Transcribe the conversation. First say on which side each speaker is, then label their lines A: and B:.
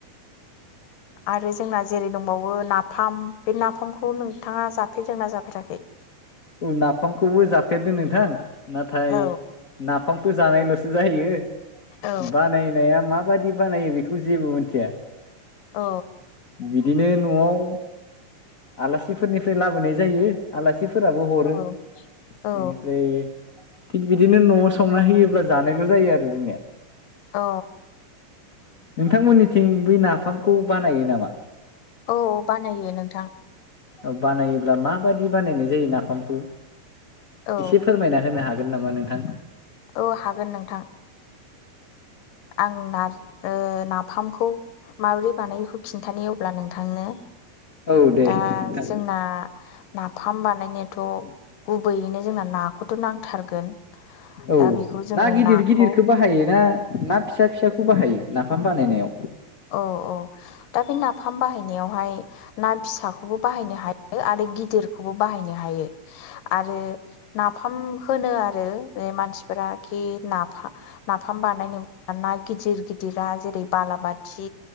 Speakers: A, on the left (about 80°); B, on the left (about 40°).
A: आरो जोंना जेरै दंबावो नाफाम बे नाफामखौ नोंथाङा जाफेरदोंना जाफेराखै
B: औ नाफामखौबो जाफेरदों नोंथां नाथाय
A: औ
B: ना नाफामखौ जानायल'सो जायो
A: औ
B: बानायनाया मा माबादि बानायो बेखौ जेबो मोनथिया
A: अ
B: बिदिनो न'आव आलासिफोरनिफ्राय लाबोनाय जायो आलासि फोराबो हरो
A: औ औ
B: बेनिफ्राय थिग बिदिनो न'आव संना होयोब्ला जानायल' जायो आरो जोंनिया
A: अ
B: नोंथांमोननिथिं बै नाफामखौ बानायो नामा?
A: औ बानायो नोंथां
B: औ बानायोब्ला माबादि बानायनाय जायो नाफामखौ
A: औ
B: एसे फोरमायना होनो हागोन हागोन नामा नोंथां?
A: औ हागोन नोंथां। आं ना ओ नाफामखौ माबोरै बानायो बेखौ खिन्थानो अब्ला नोंथांनो।
B: औ दे
A: दा
B: नोंथां
A: जोंना नाफाम बानायनो थ' गुबैयैनो जोंना नाखौथ' नांथारगोन।
B: औ
A: दा बेखौ जोङो
B: ना गिदिर
A: नाखौ
B: गिदिरखौ बाहायो ना ना फिसा फिसाखौ बाहायो नाफाम बानायनायाव?
A: अ अ दा बे नाफाम बाहायनायावहाय ना फिसाखौबो बाहायनो हायो आरो गिदिरखौबो बाहाय नो‌ हायो। आरो नाफाम होनो आरो बे मानसिफ्रा खि नाफा नाफाम बानायनो मोना गिदिर गिदिरा जेरै बालाबाथि खि